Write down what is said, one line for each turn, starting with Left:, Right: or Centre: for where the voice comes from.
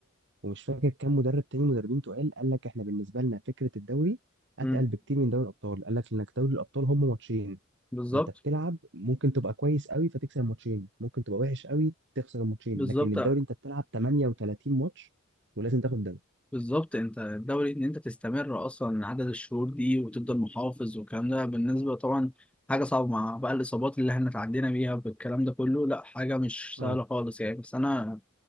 Right: ومش فاكر كام مدرب تاني مدربين تقال قال لك احنا بالنسبه لنا فكره الدوري اتقل
Centre: امم
Right: بكتير من دوري الابطال قال لك انك دوري الابطال هم ماتشين
Centre: بالظبط
Right: انت بتلعب ممكن تبقى كويس قوي فتكسب الماتشين ممكن تبقى وحش قوي تخسر الماتشين
Centre: بالظبط
Right: لكن الدوري انت بتلعب 38 ماتش ولازم تاخد الدوري
Centre: بالظبط أنت الدوري إن أنت تستمر أصلا عدد الشهور دي وتفضل محافظ والكلام ده بالنسبة طبعا حاجة صعبة مع بقى الإصابات اللي إحنا اتعدينا بيها بالكلام ده كله لأ حاجة مش سهلة
Right: اه
Centre: خالص يعني بس أنا